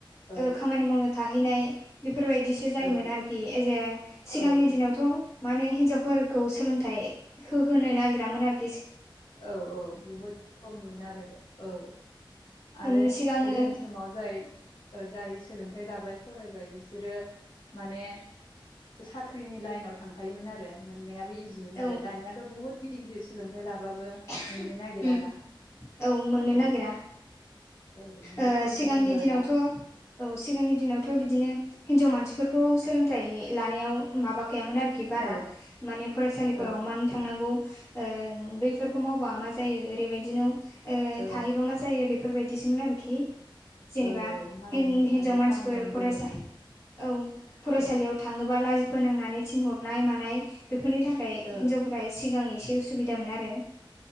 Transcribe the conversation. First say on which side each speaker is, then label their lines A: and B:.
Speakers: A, on the left; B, on the left.
A: औ
B: ओ खामानि मावनो थाहैनाय बेफोरबायदिसो जायोमोन
A: औ
B: आरोखि एजे
A: औ
B: सिगांनि दिनावथ' माने हिन्जावफोरखौ सोलोंथाइ होहोनो नागिरामोन आरो।
A: औ औ बहुद खममोन आरो औ आरो
B: औ सिगाङो
A: गोदोनि समाव जाय जाय ओ सोलोंथाइ लाबाय फरायबाय बिसोरो माने साख्रिनि लाइनाव थांखायोमोन आरो मोननायाबो इजिमोन
B: औ
A: आरो दानियाथ' बहुद गिदिर गिदिर सोलोंथाइ लाबाबो
B: ओम
A: मोननो नागिराना
B: औ मोननो
A: औ
B: नागिरा।
A: औ बुहुद
B: ओ
A: कम्पिटिसन
B: सिगांनि
A: जाबायना
B: दिनावथ' औ सिगांनि दिनाव थ' बिदिनो हिनजाव मानसिफोरखौ सोलोंथाइ लानायाव माबाखायामोन आरो खि बारा
A: औ
B: माने फरासालिफोराव
A: औ
B: मानो थांनांगौ ओ बैफोरखौ मावबा मा जायो ओरैबायदिनाव ओ
A: औ
B: थाहैबा मा जायो बेफोरबायदिसोमोन आरोखि। जेनेबा
A: औ मालायनियावहाय
B: हि-हिनजाव मानसिफोर
A: खामानि मावनो
B: फरायसा
A: दोनहरोमोन
B: औ फरायसालियाव
A: औ
B: थाङोबा लाजि फोनांनानै थिनहरनाय मानाय बेफोरनि थाखाय
A: औ
B: हिनजाव फोरा सिगां एसे उसुबिदामोन आरो।